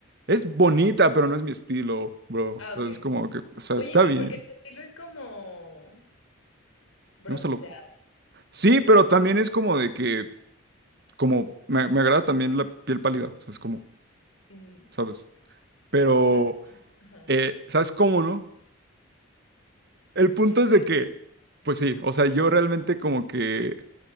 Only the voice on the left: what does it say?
Ah, ok.
Oye,
sí,
porque tu estilo es como bronceado.
Mm,
sas- Ajá.
Sí,